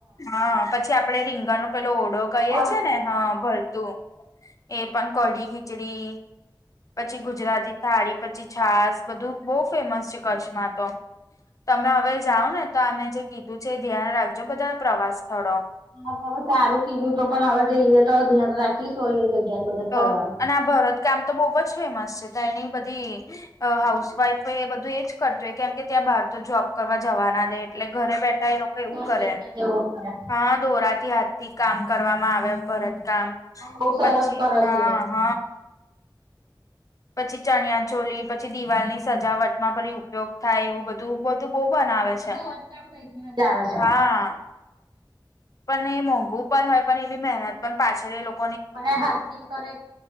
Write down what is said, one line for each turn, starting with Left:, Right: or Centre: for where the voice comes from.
Left: હા, પછી આપડે રીંગણાંનો પેલો ઓળો કહીએ
Right: હા
Left: છે ને? હા, ભળતુ એ. પણ કઢી-ખીચડી, પછી ગુજરાતી. થાળી, પછી છાસ, બધું બહુ ફેમસ છે. કચ્છમાં તો તને હવે. જાવ ને તો અમે જે કીધું છે એ ધ્યાન રાખજો બધા પ્રવાસ સ્થળો.
Right: હા તમે સારું કીધું તમે પણ હવે જઈએ તો ધ્યાન રાખીશું. એ જગ્યાએ બધે
Left: તો
Right: ફરવાનું.
Left: અને આ ભરતકામ. તો ખૂબ જ ફેમસ છે તા એની બધી હાઉસવાઈફ એ બધું એજ કરતો હોય કેમ કે ત્યાં બહાર તો જોબ કરવા જવાના દે એટલે ઘરે બેઠા એ લોકો એવું
Right: ઘર
Left: કરે
Right: બેઠા જવું પડે
Left: હા દોરાથી હાથ થી કામ કરવામાં આવે ભરત કામ
Right: બઉ સરસ
Left: પછી
Right: કરે
Left: હ
Right: છે
Left: હ પછી ચણિયા ચોલી પછી દિવાલની સજાવટમાં ફીરી ઉપયોગ થાય એવું બધું બધું કો બના આવે
Right: બધું
Left: છે.
Right: ભરત કામ તઈથી જ આવે છે
Left: હા પણ એ મોંઘું પણ હોય પણ એ બી મહેનત પણ પાછળ એ લોકો
Right: અને હાથિંગ કરે